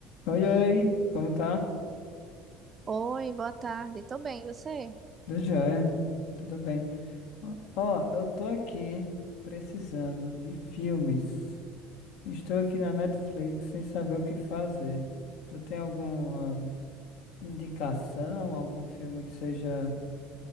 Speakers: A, on the left; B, on the right.
A: Oi, oi, como tá?
B: Oi, boa tarde. Tô bem, e você?
A: Do joia, tudo bem. Ó, ó, eu tô aqui precisando de filmes. Estou aqui na Netflix sem saber o que fazer. Tu tem alguma indicação, algum filme que seja